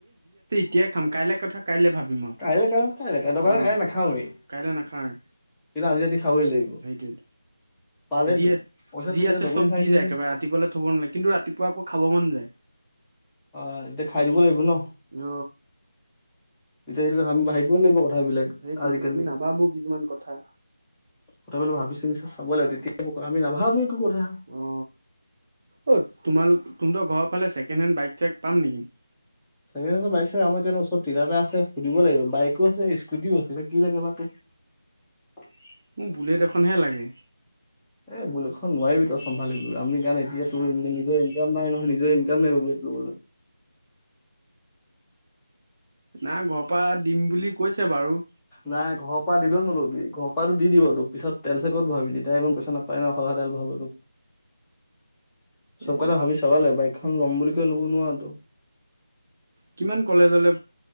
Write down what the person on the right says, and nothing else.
এতিয়া খাম কাইলৈ কথা কাইলৈ ভাব। উমাহ
অ
কাইলৈ নাখায়,
সেইটোৱে ত,
যি
যি
আছে
চব
দি
যায় একেবাৰে
ৰাতিপুৱালৈ থব নালাগে। কিন্তু ৰাতিপুৱা আকৌ খাব মন যায়। এহ্ হে। <unintelligible>
অ
সেইটোৱেতো
আমি নাভাবো কিছুমান কথা।
অ অ তোমালোক তুমগো ঘৰৰ ফালে চেকেণ্ড-হেণ্ড বাইক চাইক পাম নেকি?
মোক বুলেট এখনহে লাগে।
না ঘৰৰ পৰা দিম বুলি কৈছে বাৰু
এ
কিমান কলেজলে